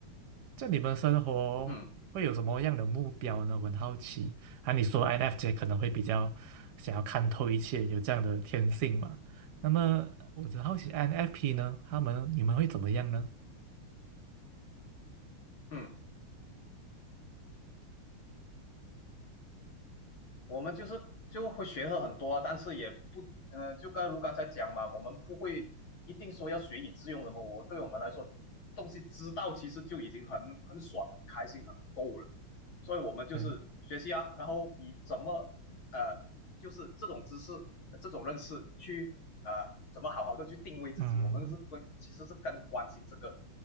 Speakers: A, on the right (about 55°); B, on the left (about 65°).
A: 就你们生活会有什么样的目标呢？
B: 嗯
A: 我很好奇。啊，你说 INFJ 可能会比较想要看透一切，有这样的天性嘛？那么我很好奇 INFP 呢，他们你们会怎么样呢？
B: 嗯，我们就是就会学了很多啊，但是也不，呃，就刚如刚才讲嘛，我们不会一定说要学以致用什么。我对我们来说，东西知道其实就已经很很爽、很开心、很够了。所以我们就是学习啊，
A: 对，
B: 然后以怎么呃，就是这种知识、呃这种认识去呃，怎么好好的去定位自己。
A: 嗯
B: 我们是关，其实是更关心这个。